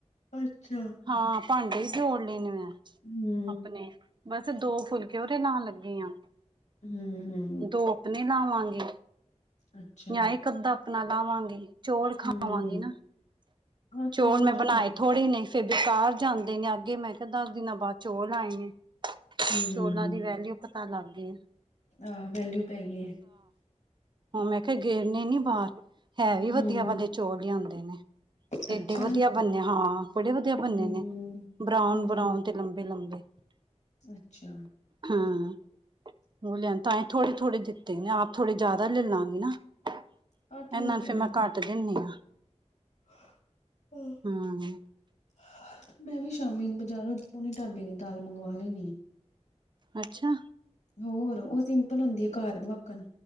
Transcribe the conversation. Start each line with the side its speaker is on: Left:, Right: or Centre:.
Left: ਅੱਛਾ।
Right: ਹਾਂ, ਭਾਂਡੇ ਵੀ ਜੋੜ ਲੇ ਨੇ ਮੈਂ।
Left: ਹੂੰ।
Right: ਆਪਣੇ, ਬਸ ਦੋ ਫੁਲਕੇ ਉਹਦੇ ਲਾਣ ਲੱਗੀ ਆ।
Left: ਹੂੰ- ਹੂੰ।
Right: ਦੋ ਆਪਣੇ ਲਾਵਾਂਗੇ,
Left: ਅੱਛਾ
Right: ਜਾਂ ਇੱਕ ਅੱਧਾ ਆਪਣਾਂ ਲਾਵਾਂਗੇ। ਚੋਲ ਖਾਵਾਂਗੇ
Left: ਹੂੰ
Right: ਨਾ,
Left: ਹਾਂ
Right: ਚੋਲ ਮੈਂ ਬਣਾਏ
Left: ਜੋ ਹੈ
Right: ਥੋੜੇ ਨੇ। ਫਿਰ ਬੇਕਾਰ ਜਾਂਦੇ ਨੇ, ਅੱਗੇ ਮੈਂ ਕਿਹਾ ਦਸ ਦਿਨਾਂ ਬਾਅਦ ਚੋਲ ਆਏ ਨੇ।
Left: ਹੂੰ
Right: ਚੋਲਾਂ ਦੀ ਵੈਲਿਊ ਪਤਾ ਲੱਗ ਗੀ ਐ।
Left: ਆਹ ਵੈਲਿਊ ਪੈਗੀ ਏ।
Right: ਹਾਂ ਮੈਂ ਕਿਆ ਗੇਰਨੇ ਨੀ ਬਾਹਰ। ਹੈ ਵੀ ਵਧੀਆ
Left: ਹੂੰ
Right: ਵਾਲੇ ਚੋਲ ਲਿਆਦੇ ਨੇ,
Left: ਅੱਛਾ
Right: ਏਡੇ ਵਧੀਆ ਬੰਨੇ ਹਾਂ। ਬੜੇ ਵਧੀਆ ਬੰਨੇ
Left: ਹੂੰ
Right: ਨੇ, ਬਰਾਉਨ-ਬਰਾਉਨ
Left: ਹੂੰ
Right: ਤੇ ਲੰਬੇ-ਲੰਬੇ।
Left: ਅੱਛਾ।
Right: ਹਾਂ, ਓ ਲਿਆਏ, ਤਾਂ ਈ ਥੋੜੇ-ਥੋੜੇ ਦਿ ਆਪ ਥੋੜੇ ਜਿਆਦਾ ਲੱਲਾਂਗੀ ਨਾ, ਇਹਨਾਂ
Left: ਹਾਂ ਠੀਕ
Right: ਨੂੰ
Left: ਹੈ
Right: ਫੇ ਮੈਂ ਘੱਟ ਦਿੰਨੀ ਆ।
Left: <inaudible>
Right: ਹਮ
Left: ਮੈਂ ਵੀ ਸ਼ਾਮੀ ਬਜ਼ਾਰੋਂ ਥੋੜੀ ਢਾਬੇ ਦੀ ਦਾਲ਼ ਮੰਗਵਾ ਲੈਂਣੀ।
Right: ਅੱਛਾ।
Left: ਹੋਰ ਓ ਸਿੰਪਲ ਹੁੰਦੀ ਆ ਘਾਰ ਵੱਕਣ।